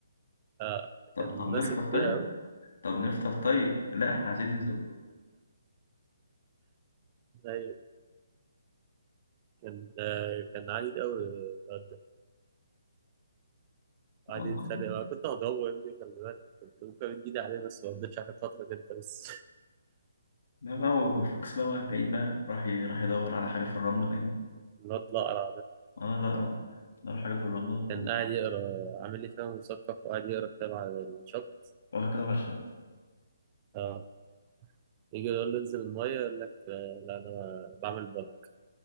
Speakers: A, on the right; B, on the left.
A: آه
B: طب
A: كان
B: طب نفطر
A: ماسك
B: طيب
A: فيها أوي
B: طب نفطر طيب لا احنا عايزين ننزل البحر
A: أيوة. كان كان عنيد قوي الواد ده قعد
B: والله
A: يتخانق أنا كنت هضربه يا ابني خلي بالك كنت ممكن أمد إيدي عليه بس ما قضيتش عشان خاطرك أنت بس
B: ده بقى هو- هو فوكس بقى واقف بعيد بقى راح ي- راح
A: <laughs>
B: يدور على حاجة في الرملة باين
A: الواد الأقرع ده
B: اه لا لا دور على حاجة في الرملة
A: كان قاعد يقرا عامل لي فيها مثقف وقاعد يقرا كتاب على الشط
B: وراح كده على الشط
A: اه يجي يقول له انزل المية يقول لك آه، لا أنا بعمل بلك